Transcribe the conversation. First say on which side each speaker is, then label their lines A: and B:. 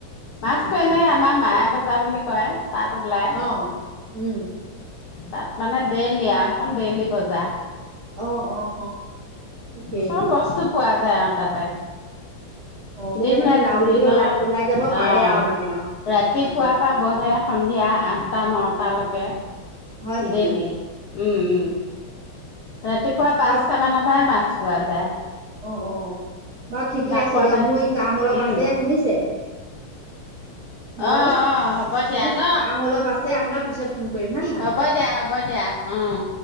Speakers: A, on the left; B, on the right.
A: মাছতো
B: অ',
A: এনে আমাৰ মায় জা বুলি কয়। তাত ওলাই
B: অ' উম
A: তাত মানে ডেইলি আৰু এখন ডেইলি বজাৰ।
B: অ' অ' ঠিকেই।
A: চব বস্তুত পোৱা যায় আৰু তাতে।
B: অ', কেতিয়া
A: দিন
B: মানে
A: নাই
B: যাওঁ বুলি
A: দিনত
B: ক'লে ওলাই ওলাই যাব পাৰে
A: অহ
B: আৰু মানে আৰু।
A: ৰাতিপুৱাৰ
B: হয় দিয়ক,
A: পৰা বহে সন্ধিয়া আঠটা নটালৈকে
B: হয় নেকি?
A: দেইলি উম উম ৰাতিপুৱা পাঁচটা
B: বাৰু
A: মানত মাছ পোৱা যায়।
B: অ' অ' বাৰু ঠিকে
A: ডাকত
B: আছে দিয়ক
A: আহ
B: মোৰ এই কাম অলপ
A: উম
B: আছে শুনিছে হেল্ল'
A: অঁ অঁ হ'ব দিয়া
B: মোক
A: ন
B: কাম অলপ আছে আপোনাক পিছত ফোন কৰিম হা।
A: হ'ব দিয়া হ'ব দিয়া অ'।